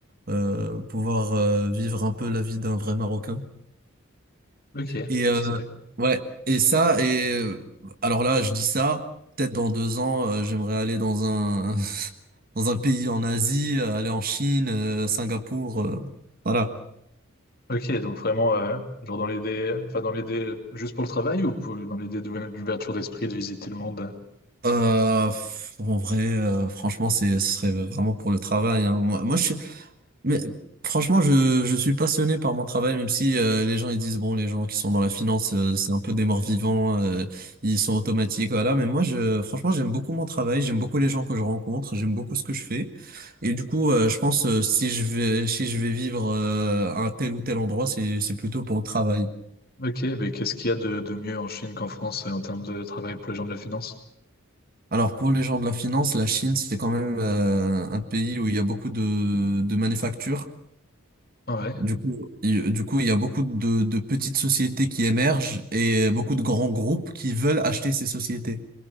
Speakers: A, on the right; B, on the left.
A: euh, pouvoir euh, vivre un peu la vie d'un vrai Marocain.
B: Ok,
A: Et euh,
B: stylé.
A: ouais, et ça, et euh, alors là, je dis ça, peut-être dans deux ans, euh, j'aimerais aller dans un <laughs> dans un pays en Asie, euh, aller en Chine, euh, Singapour, euh, voilà.
B: Ok, donc vraiment, euh, genre dans l'idée, enfin dans l'idée juste pour le travail ou pour- dans l'idée d'ouver- d'ouverture d'esprit, de visiter le monde?
A: Euh, pff, en vrai, euh, franchement, c'est ce serait vraiment pour le travail. hein. Moi, moi, je suis Mais franchement, je, je suis passionné par mon travail, même si euh, les gens ils disent, bon, les gens qui sont dans la finance, euh, c'est un peu des morts vivants, euh, ils sont automatiques, voilà. Mais moi, je, franchement, j'aime beaucoup mon travail, j'aime beaucoup les gens que je rencontre, j'aime beaucoup ce que je fais. Et du coup, euh, je pense, euh, si je vais, si je vais vivre euh, à un tel ou tel endroit, c'est, c'est plutôt pour le travail.
B: Ok, mais qu'est-ce qu'il y a de, de mieux en Chine qu'en France euh, en termes de travail pour les gens de la finance?
A: Alors pour les gens de la finance, la Chine, c'est quand même euh, un pays où il y a beaucoup de, de manufactures.
B: Ah Ouais.
A: Du coup, il, du coup, il y a beaucoup de, de petites sociétés qui émergent et beaucoup de grands groupes qui veulent acheter ces sociétés.